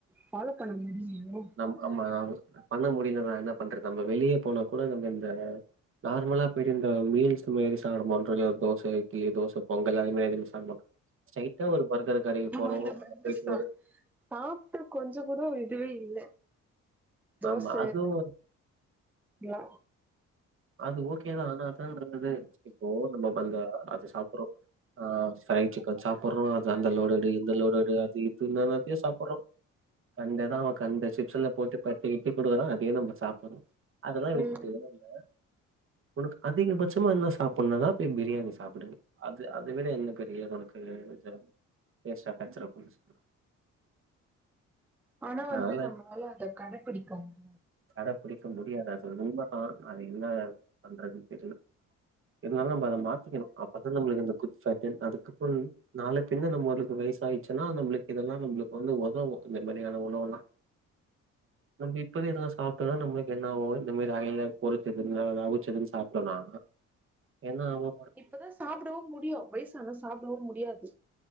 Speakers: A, in the centre; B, on the right (about 45°).
A: ஃபாலோ பண்ண முடியுமே
B: நம் ஆமா பண்ண முடியலதா என்ன பண்றது நம்ம வெளிய போனா கூட நம்ம இந்த நார்மலா போய்ட்டு இந்த மீல்ஸ் மாறி சாப்ட மாட்றோல தோச இட்லி தோச பொங்கல் அதுமாறி தானே சாப்புறோ ஸ்டெய்ட்டா ஒரு பர்கர் கடைக்கு
A: நம்ம
B: போறோ
A: அந்த
B: அங்க போயிட்டு ஒரு
A: சாப்ட்டு கொஞ்ச கூட இதுவே இல்ல தோச
B: ஆமா அதுவு
A: இங்க வா
B: அது ஓகேதா ஆனா அதா நல்லது இப்போ நம்ம அந்த அது சாப்புறோ ஆ ஃப்ரை சிக்கன் சாப்புறோ அது அந்த லோடு இந்த லோடு எடு அது இது இன்னான்னாத்தையோ சாப்புட்றோ கண்ட தா அவன் கண்ட சிப்ஸ்ல போட்டு பெறட்டி கிறட்டி குடுக்கறா அதே நம்ம சாப்புறோ அதெல்லா விட்டுட்டு
A: ம்
B: இருந்த உனக்கு அதிகபட்சமா என்ன சாப்புனுனா போய் பிரியாணி சாப்புடுங்க அது அத விட என்ன பெரிய உனக்கு காஜா பேஷ்றா கச்சறா புதுசா
A: ஆனா வந்து
B: அதனால
A: நம்மளால அத கடபிடிக்க முடியு
B: கட பிடிக்க முடியாது அது உண்மதா அனா என்ன பண்றதுன் தெரில இருந்தாலு நம்ம அத மாத்திக்கணு அப்பதா நம்மளுக்கு இந்த குட் ஃபேட் அதுக்கு ஃபுல் நால பின்ன நம்மளுக்கு வயசாய்ச்சுன்னா நம்ளுக் இதெல்லா நம்ளுக் வந்து ஒதவு இந்த மாரியான ஒணவெல்லா நம்ப இப்பவே எதுவா சாப்பிட்டோனா நம்பளுக்கு என்ன ஆகு இந்த மாரி அயில பொருச்சது அவுச்சதுன்னு சாப்டோனா என்னாவொ
A: இப்பதா சாப்டவு முடியு வயசான சாப்புடவு முடியாது